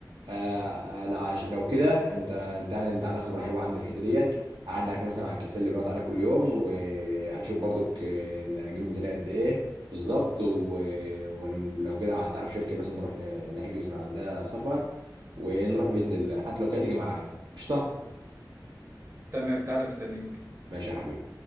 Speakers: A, on the right; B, on the right.
A: آه آه، لا عش- لو كده انت انت يعني انت عندك خبره حلوه عندي في الحته ديت هعدي عليك مثلا على الكافيه اللي بنقعد عليه كل يوم وهشوف برضك آه، انا اجيب ميزانيه قد ايه بالظبط و- ولو كده تعرف شركه مثلا نروح ن- نحجز من عندها سفر ونروح باذن الله حتى لو كده تيجي معايا قشطه
B: تمام تعالى مستنيك
A: ماشي يا حبيبي